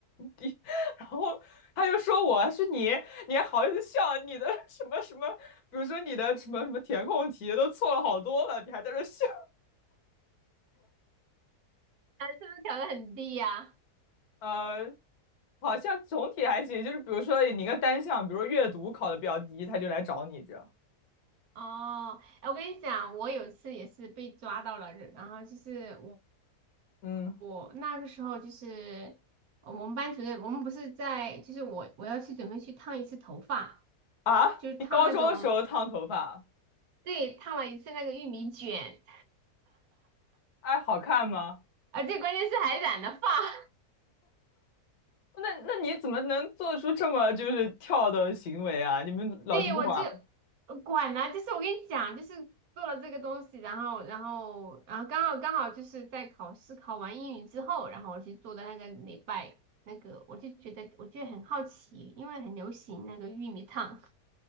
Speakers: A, on the left; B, on the right.
A: 地，<laughs> 然后他就说我他说你你还好意思笑，你的 <laughs> 什么什么，比如说你的什么什么填空题都错了好多了，你还在这笑，
B: 他是不是调的很低呀？
A: 呃，好像总体还行，就是比如说你一个单项，比如说阅读考的比较低，他就来找你这样，
B: 哦，哎，我跟你讲，我有一次也是被抓到了，然后就是我
A: 嗯
B: 我那个时候就是我们班主任，我们不是在，就是我我要去准备去烫一次头发，
A: 啊，
B: 就是烫那种，
A: 你高中的时候烫头发。
B: 对，烫了一次那个玉米卷，
A: 哎，好看吗？
B: 而且关键是还染了发，<laughs>
A: 那那你怎么能做出这么就是跳的行为啊？你们老师不管吗？
B: 对，我就呃管呢、就是我跟你讲，就是做了这个东西，然后，然后，然后刚好刚好就是在考试考完英语之后，然后我去做的那个礼拜，那个我就觉得我觉得很好奇，因为很流行那个玉米烫，